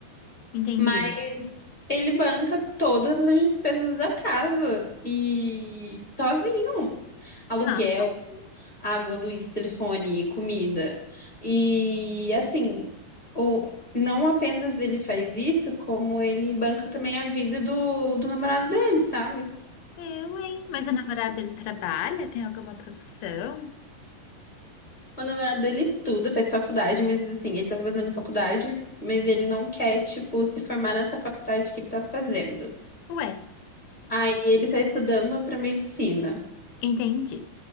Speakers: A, on the left (about 90°); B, on the left (about 35°).
A: entendi.
B: Mas Ele banca todas as despesas da casa e sozinho. Aluguel,
A: Nossa,
B: água, luz, telefone, comida. E assim, o, não apenas ele faz isso, como ele banca também a vida do, do namorado dele, sabe?
A: eu, hein? Mas
B: E
A: o namorado dele trabalha? Tem alguma profissão?
B: o namorado dele estuda, faz faculdade, mas assim, ele tá fazendo faculdade, mas ele não quer, tipo, se formar nessa faculdade que ele tá fazendo.
A: Ué,
B: Aí ele tá estudando pra medicina.
A: entendi.